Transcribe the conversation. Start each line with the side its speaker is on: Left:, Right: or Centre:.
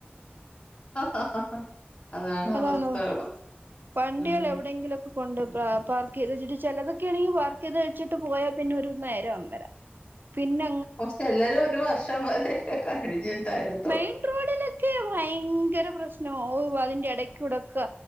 Left: ആഹ് അതാണ്
Right: ഹലോ
Left: അവസ്ഥകള്
Right: ഹലോ വണ്ട്യള്
Left: ഉം
Right: എവിടെയെങ്കിലൊക്കെ കൊണ്ട് പാ പാർക്ക് ചെയ്ത്ച്ചിട്ട് ചെലതൊക്കെണെങ്കി പാർക്ക് ചെയ്ത് വച്ചിട്ട് പോയാ പിന്നെ ഒരുന്നേരം ഒന്നര പിന്ന
Left: <unintelligible> ഒരു വർഷം വരെ കഴിഞ്ഞിട്ടായിരുന്നു
Right: മെയിൻ റോഡിലൊക്കെ ഭയങ്കര പ്രശ്നമോ ഓ അതിന്റെ ഇടയ്ക്കൂടോക്കെ